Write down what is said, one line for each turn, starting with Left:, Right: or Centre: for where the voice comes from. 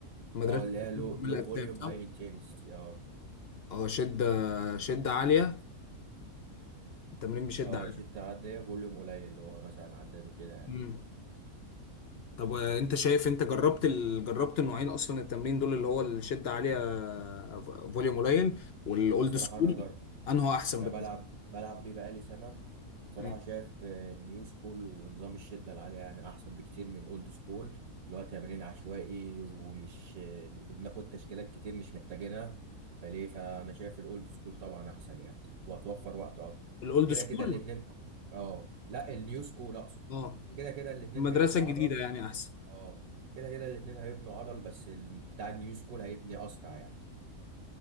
Left: مدرسة
Right: اه اللي هي لو
Left: من
Right: لو
Left: الأجسام
Right: فوليوم هاي
Left: صح؟
Right: انتنسيتي اه
Left: اه شدة شدة عالية التمرين بشدة
Right: اه
Left: عالية
Right: شدة عادية فوليوم قليل اللي هو مثلا عداد وكده يعني
Left: مم. طب آه، انت شايف انت جربت ال... جربت النوعين اصلا التمرين دول اللي هو الشدة عالية آه، فوليوم قليل والاولد
Right: الصراحة
Left: سكول
Right: أنا جر...
Left: انه احسن
Right: أنا
Left: بالنسبة
Right: بلعب
Left: لك؟
Right: بلعب بيه بقالي سنة صراحة
Left: مم.
Right: شايف آه، النيو سكول ونظام الشدة العالية يعني أحسن بكتير من الأولد سكول اللي هو تمرين عشوائي ومش آه، وبناخد تشكيلات كتير مش محتاجينها فليه فأنا شايف الأولد سكول طبعا أحسن يعني وهتوفر وقت أكتر
Left: الاولد
Right: كده
Left: سكول
Right: كده الاتنين اه لا النيو سكول أقصد
Left: اه
Right: كده كده الاتنين
Left: المدرسة
Right: هيبنوا
Left: الجديدة
Right: عضل
Left: يعني أحسن
Right: اه كده كده الاتنين هيبنوا عضل بس ال- بتاع النيو سكول هيبني اسرع يعني